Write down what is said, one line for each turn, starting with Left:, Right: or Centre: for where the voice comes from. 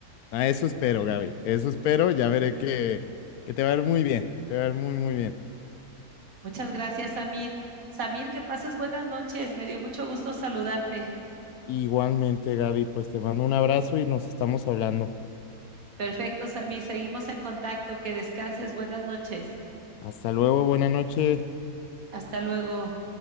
Left: A eso espero, Gaby, eso espero, ya veré que, que te va a ir muy bien, te va a ir muy, muy bien.
Right: Muchas gracias, Samir. Samir, que pases buenas noches. Me dio mucho gusto saludarte.
Left: Igualmente, Gaby, pues te mando un abrazo y nos estamos hablando.
Right: Perfecto, Samir. Seguimos en contacto. Que descanses. Buenas noches.
Left: Hasta luego, buena noche.
Right: Hasta luego.